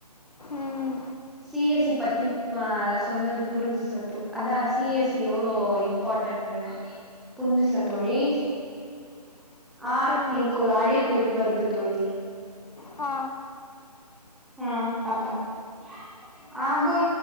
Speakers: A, on the left; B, in the centre.
A: ம்
B: சி எஸ் சி பத்தி இப்ப சொன்னது புரிஞ்சுச்சா தோ அதா சி எஸ் சி எவ்ளோ இம் பார்ட்டண்ட்டுன்னு புரிஞ்சுச்சா தோழி ஆ
A: புரிஞ்சிச்சு
B: எனக்கு ஒரு அழைப்பு வருது தோழி
A: ஆ
B: ஆ பாத்தாரு